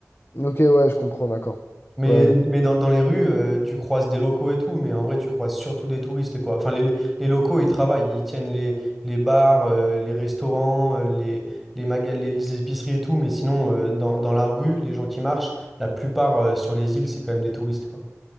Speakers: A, on the left; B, in the centre.
A: Ok, ouais, je comprends, d'accord.
B: Mais,
A: Ouais, ouais.
B: mais dans, dans les rues, euh, tu croises des locaux et tout, mais en vrai, tu croises surtout des touristes, quoi. Enfin, les, les les locaux, ils travaillent, ils tiennent les, les bars, euh, les restaurants, euh, les, les, maga- les, les épiceries et tout, mais sinon, euh, dans, dans la rue, les gens qui marchent, la plupart euh, sur les îles, c'est quand même des touristes, quoi.